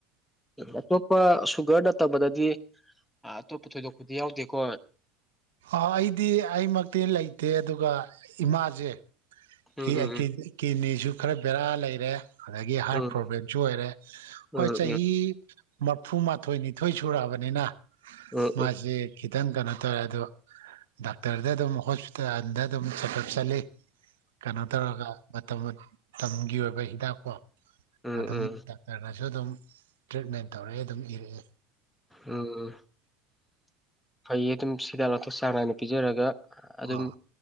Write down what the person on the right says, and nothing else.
ꯑ ꯥ ꯑꯩꯗꯤ ꯑꯩꯃꯛꯇꯤ ꯂꯩꯇꯦ ꯑꯗꯨꯒ ꯏꯃꯥꯁꯦ
ꯀꯤ
ꯀꯤꯠꯅꯤꯁꯨ ꯈꯔ ꯕꯦꯔꯥ ꯂꯩꯔꯦ ꯑꯗꯥꯒꯤ ꯍꯥꯔꯠ
ꯄ꯭ꯔꯣꯕ꯭ꯂꯦꯝꯁꯨ ꯑꯣꯏꯔꯦ
ꯍꯣꯏ
ꯆꯍꯤ ꯃꯞ ꯐꯨ ꯃꯥꯥꯊꯣꯏ ꯅꯤꯊꯣꯏ ꯁꯨꯔꯛꯑꯕꯅꯤꯅ
ꯃꯥꯁꯤ ꯈꯤꯇꯪ ꯀꯩꯅꯣ ꯇꯧꯋꯦ ꯑꯗꯨ ꯗꯥꯛꯇ꯭ꯔꯗ ꯑꯗꯨꯝ ꯍꯣꯁꯄꯤꯇꯥꯜꯗ ꯑꯗꯨꯝ ꯆꯪꯛꯒꯠ ꯆꯠꯂꯤ ꯀꯩꯅꯣ ꯇꯧꯔꯒ ꯃꯇꯝ ꯃꯇꯝꯒꯤ ꯑꯣꯏꯕ ꯍꯤꯗꯥꯛ ꯀꯣ
ꯑꯗꯨꯝ ꯗꯥꯛꯇ꯭ꯔꯅꯁꯨ ꯑꯗꯨꯝ ꯇ꯭ꯔꯤꯠꯃꯦꯟ ꯇꯧꯔꯛꯏ ꯑꯗꯨꯝ ꯏꯔꯛꯑꯦ
ꯑꯣ